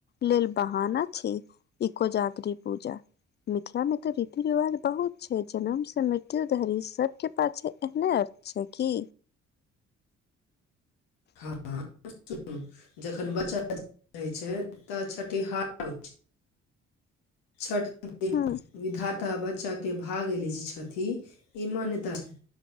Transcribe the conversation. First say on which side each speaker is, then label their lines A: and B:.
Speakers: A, on the left; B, on the left.
A: लेल बहाना छी ई कोजागरी पुजा मिथिला में तऽ रीति रिवाज बहुत छै जन्म से मृत्यु धरि सबके पाछ छै एहने अर्थ छै की
B: ह सुनू जखन बच्चा रह छै त छठिहार छठ दिन
A: हूं
B: विधाता बच बच्चा के भागे लिखई छथिन ई मान्यता छै